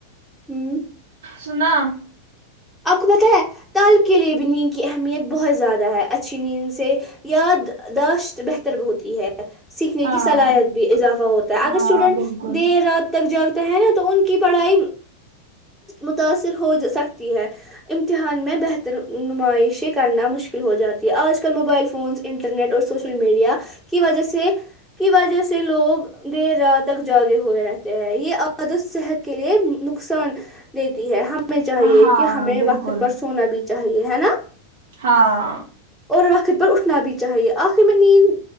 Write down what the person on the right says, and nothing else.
سنا
ہاں
ہاں
بالکل
ہاں
بالکل
ہاں